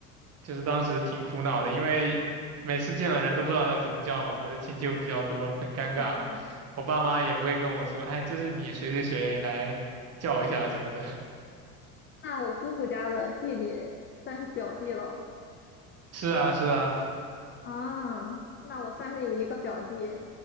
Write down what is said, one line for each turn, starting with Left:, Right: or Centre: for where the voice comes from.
Right: 就是当时挺苦恼的，因为每次见了人都不知道要怎么叫嘛，我的亲戚又比较多，很尴尬，
Left: 啊。
Right: 我爸妈也不会跟我说，哎，这是你谁谁谁来叫一下什么的。
Left: 那我姑姑家的弟弟算是表弟了
Right: 是啊，是啊，
Left: 啊。那我算是有一个表弟，